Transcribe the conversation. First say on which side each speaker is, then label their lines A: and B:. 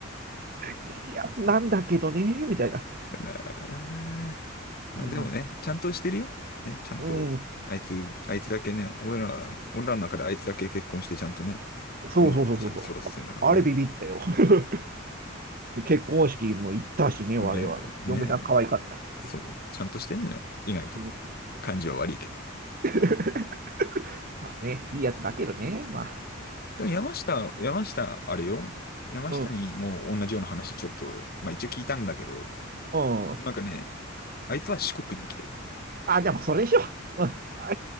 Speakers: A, on the right; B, on the left.
A: いいやつなんだけどね、みたいな。
B: まあまあでもね、
A: うん、
B: ちゃんとしてるよ。ね、ちゃんと、
A: うん、うん、
B: あいつ、あいつだけね、俺ら、俺らの中であいつだけ結婚してちゃんとね、
A: そうそうそうそうそう。
B: 子供までちゃんと育ててんだからね。
A: あれビビったよ。<laughs> 結婚式も行ったしね、
B: ね、
A: 我々。
B: ね、
A: 嫁さん可愛かったし。
B: そう、ちゃんとしてんのよ。意外と。
A: うん
B: 感じは悪いけど。
A: <laughs> まあね、いいやつだけどね、まあ。
B: でも山下、山下、あれよ。山下にもう同じような話ちょっと、
A: うん、
B: まあ一応聞いたんだけど、
A: うん。
B: なんかね、あいつは四国に行きたいって言っ
A: あ、でもそれでしょ。うん。あ